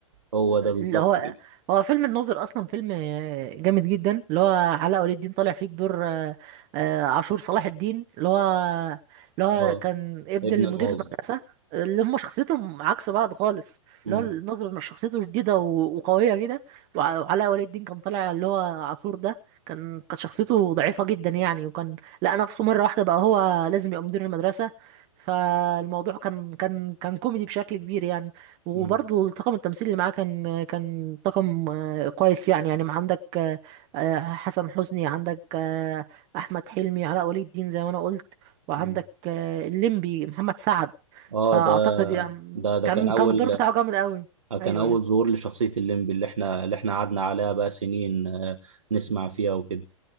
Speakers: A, on the right (about 70°); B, on the right (about 30°).
A: هو ده
B: اللي
A: بالظبط
B: هو
A: كده
B: هو فيلم الناظر اصلا فيلم آه، جامد جدا اللي هو علاء ولي الدين طالع فيه بدور آه، آه، عاشور صلاح الدين اللي هو اللي هو
A: اه
B: كان ابن
A: ابن
B: المدير
A: الناظر
B: المدرسه اللي هم شخصيتهم عكس بعض خالص
A: مم.
B: اللي هو الناظر شخصيته شديده و- وقويه كده وع- وعلاء ولي الدين كان طالع اللي هو عاشور ده كان كانت شخصيته ضعيفه جدا يعني وكان لقى نفسه مره واحده بقى هو لازم يبقى مدير المدرسه فالموضوع كان كان كان كوميدي بشكل كبير يعني وبرضه
A: مم.
B: طاقم التمثيل اللي معاه كان كان طاقم آه، كويس يعني يعني ما عندك آه، آه، حسن حسني عندك آه، احمد حلمي علاء ولي الدين زي ما انا قلت وعندك
A: مم.
B: آه، الليمبي محمد سعد
A: اه
B: فاعتقد
A: ده
B: يعني
A: ده ده
B: كان
A: كان اول
B: كان الدور بتاعه جامد قوي ايوه
A: كان أول
B: ايوه
A: ظهور لشخصية الليمبي اللي احنا اللي احنا قعدنا عليها بقى سنين آه، نسمع فيها وكده